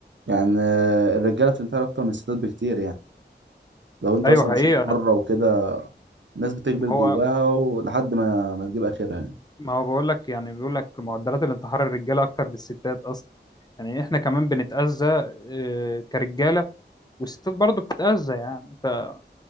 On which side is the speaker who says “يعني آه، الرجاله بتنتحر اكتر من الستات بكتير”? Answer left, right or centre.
Right